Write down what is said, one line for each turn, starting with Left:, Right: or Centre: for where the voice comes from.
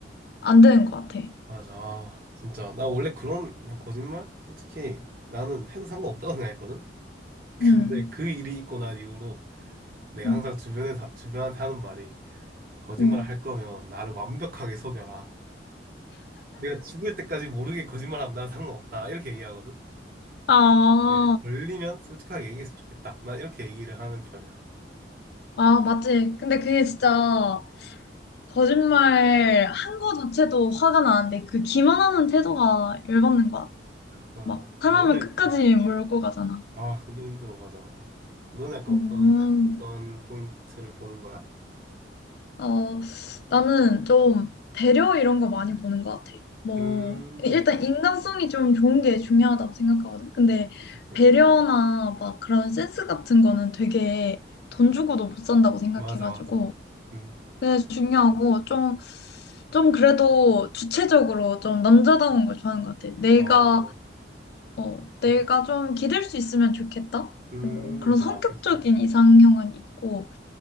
Left: 안 되는 것 같아.
Right: 맞아. 아, 진짜. 나 원래 그런 막 거짓말? 솔직히 나는 해도 상관없다고 생각했거든? <laughs> 근데
Left: 응,
Right: 그 일이 있고 난 이후로 내가
Left: 응,
Right: 항상 주변에, 사- 주변한테 하는 말이 거짓말
Left: 응.
Right: 할 거면 나를 완벽하게 속여라. 내가 죽을 때까지 모르게 거짓말하면 난 상관없다. 이렇게 얘기하거든?
Left: 아,
Right: 근데 이제 걸리면 솔직하게 얘기했으면 좋겠다. 난 이렇게 얘기를 하는 편이야.
Left: 아, 맞지. 근데 그게 진짜 거짓말 한 거 자체도 화가 나는데 그 기만하는 태도가 열받는 것 같아.
Right: 맞아.
Left: 막 사람을
Right: 너네,
Left: 끝까지
Right: 약간
Left: 몰고 가잖아.
Right: 아, 그게 힘들어. 맞아. 너는 약간
Left: 음.
Right: 어떤, 어떤 포인트를 보는 거야?
Left: 어, 나는 좀 배려 이런 거 많이 보는 것 같아. 뭐,
Right: 음,
Left: 일단 인간성이 좀 좋은 게 중요하다고 생각하거든. 근데
Right: 그치.
Left: 배려나 막 그런 센스 같은 거는 되게 돈 주고도 못 산다고 생각해가지고.
Right: 맞아, 맞아. 음,
Left: 그게 중요하고 좀, 좀 그래도 주체적으로 좀 남자다운 걸 좋아하는 것 같아. 내가,
Right: 어,
Left: 어, 내가
Right: 음,
Left: 좀 기댈 수 있으면 좋겠다.
Right: 음,
Left: 뭐 그런 성격적인
Right: 아, 그치.
Left: 이상형은 있고,